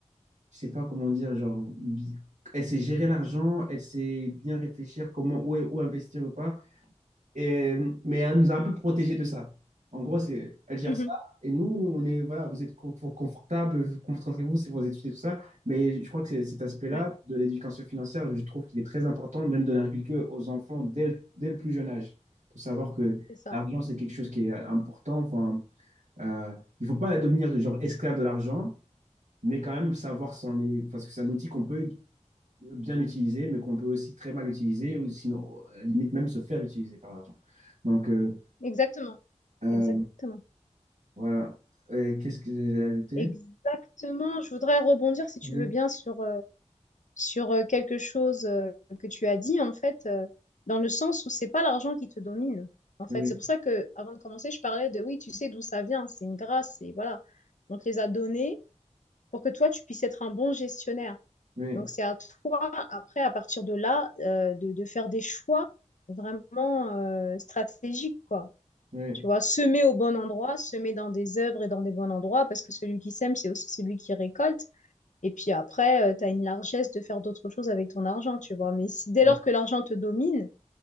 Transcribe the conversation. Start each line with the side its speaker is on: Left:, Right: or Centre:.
Right: je sais pas comment dire, genre, bi- elle sait gérer l'argent, elle sait bien réfléchir comment où, où investir ou pas. Et, mais elle nous a un peu protégés de ça. En gros, c'est, elle gère
Left: Mhm.
Right: ça. Et nous, on est, voilà, vous êtes con- confortable, concentrez-vous sur vos études et tout ça. Mais je crois que c'est- cet aspect-là
Left: Ouais.
Right: de l'éducation financière, je trouve qu'il est très important, même de l'inculquer aux enfants dès le, dès le plus jeune âge. De savoir que
Left: C'est ça.
Right: l'argent, c'est quelque chose qui est important. Enfin, euh, il ne faut pas devenir genre esclave de l'argent, mais quand même savoir s'en, est, parce que c'est un outil qu'on peut bien utiliser, mais qu'on peut aussi très mal utiliser, ou sinon, euh, limite même se faire utiliser par l'argent. Donc, euh,
Left: Exactement.
Right: euh,
Left: Exactement.
Right: voilà. Et qu'est-ce que j'ai ajouté?
Left: Exactement. Je voudrais rebondir, si tu
Right: Oui,
Left: veux bien, sur, euh, sur euh, quelque chose euh, que tu as dit, en fait, euh, dans le sens où c'est pas l'argent qui te domine. En
Right: oui,
Left: fait, c'est pour ça que avant de commencer, je parlais de oui, tu sais d'où ça vient, c'est une grâce, et voilà. On te les a donnés pour que toi, tu puisses être un bon gestionnaire.
Right: oui,
Left: Donc, c'est à toi, après, à partir de là, euh, de, de faire des choix vraiment euh, stratégiques, quoi.
Right: oui,
Left: Tu vois, semer au bon endroit, semer dans des œuvres et dans des bons endroits, parce que celui qui sème, c'est aussi celui qui récolte. Et puis après, euh, tu as une largesse de faire d'autres choses avec ton argent, tu vois. Mais si, dès
Right: oui.
Left: lors que l'argent te domine,